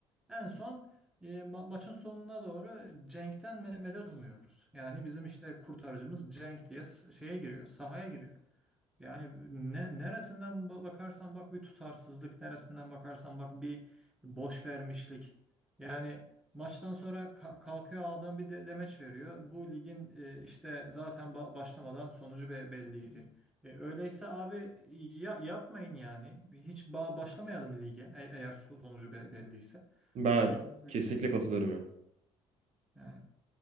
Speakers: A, in the centre; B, on the right.
A: En son e, ma- maçın sonuna doğru Cenk'ten me- medet umuyoruz. Yani bizim işte kurtarıcımız Cenk diye s- şeye giriyor, sahaya giriyor. Yani ne, neresinden ba- bakarsan bak bir tutarsızlık, neresinden bakarsan bak bir boş vermişlik. Yani maçtan sonra ka- kalkıyor adam bir de demeç veriyor. Bu ligin e, işte zaten ba- başlamadan sonucu be- belliydi. E, öyleyse abi ya yapmayın yani. Hiç ba- başlamayalım lige e- eğer so- sonucu be- belliyse.
B: Ben
A: Hani
B: kesinlikle
A: <laughs>
B: katılıyorum ya.
A: yani